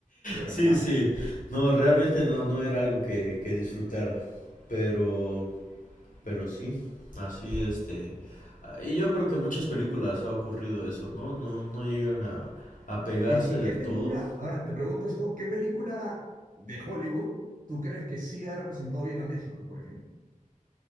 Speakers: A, on the right (about 75°); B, on the left (about 70°).
A: de verdad.
B: sí, sí. No, realmente no, no era algo que, que disfrutar. Pero, pero sí, así este. Y yo creo que en muchas películas ha ocurrido eso, ¿no? No, no llegan a, a pegarse
A: ¿Y,
B: del
A: y qué película,
B: todo.
A: a ver, te pregunto esto, ¿qué película de Hollywood tú crees que sí ha representado bien a México, por ejemplo?